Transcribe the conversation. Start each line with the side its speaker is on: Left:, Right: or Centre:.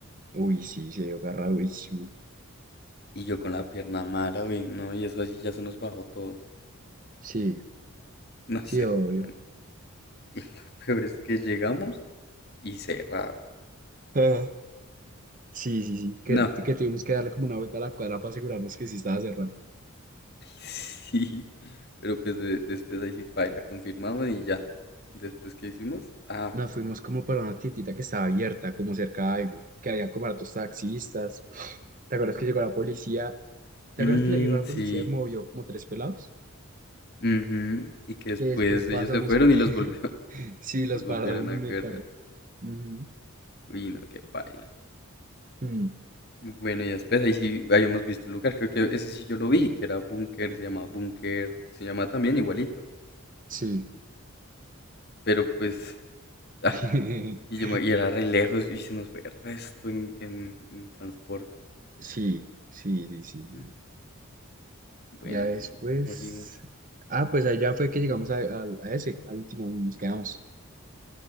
Right: Uy, sí, se dio agarradísimo.
Left: Y yo con la pierna mala, uy, no, y eso así ya se nos bajó todo.
Right: Sí,
Left: No
Right: sí,
Left: sé,
Right: obvio.
Left: Julián. <laughs> Y lo peor es que llegamos y cerrado.
Right: <laughs> Sí, sí, sí, que,
Left: No, <laughs>
Right: que tuvimos que darle como una vuelta a la cuadra para asegurarnos que sí estaba cerrado.
Left: ay, sí. Pero pues de- después ahí sí, paila, la confirmamos y ya. Después que hicimos, ah,
Right: Nos fuimos como para una tiendita que estaba abierta, como cerca de algo, que había como hartos taxistas. <sniffs> ¿Te acuerdas que llegó la policía? ¿Te
Left: mm,
Right: acuerdas que llegó la
Left: sí.
Right: policía y movió como tres pelados?
Left: ujú, Y que después
Right: Que después pasamos...
Left: ellos se fueron
Right: <laughs>
Left: y los volvió, <laughs>
Right: Sí, los
Left: los
Right: pararon
Left: volvieron a agarrar.
Right: en el carro. Ujú.
Left: Uy, no, qué paila.
Right: Mm,
Left: Bueno, y después ahí sí habíamos visto un lugar, creo que ese sí yo lo vi, que era Búnker, se llama Búnker, se llama también igualito.
Right: Sí.
Left: Pero pues, <laughs> ah,
Right: <laughs>
Left: y, yo me- y era re lejos y se nos fue el resto en, en- en transporte.
Right: Sí, sí, sí, sí.
Left: Mm, Bueno,
Right: Ya después...
Left: y cogimos
Right: Ah, pues allá fue que llegamos a, al- a ese, al último, nos quedamos.